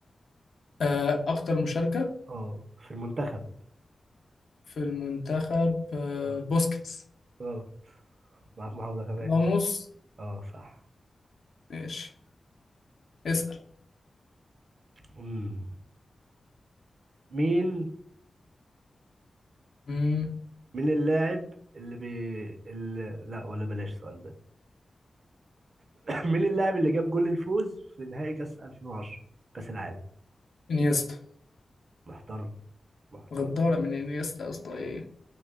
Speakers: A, on the left; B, on the right.
A: آه، أكتر مشاركة
B: اه في المنتخب
A: في المنتخب آه،
B: اه
A: بوسكيتس
B: غلط معاك محاولة كمان
A: راموس
B: اه صح
A: ماشي اسأل
B: مم. مين
A: مم،
B: مين اللاعب اللي بي اللي... لا ولا بلاش السؤال ده مين اللاعب اللي جاب جول الفوز في نهائي كاس 2010 كاس العالم
A: إنيستا
B: محترم محترم
A: غدارة من إنيستا يا اسطى إيه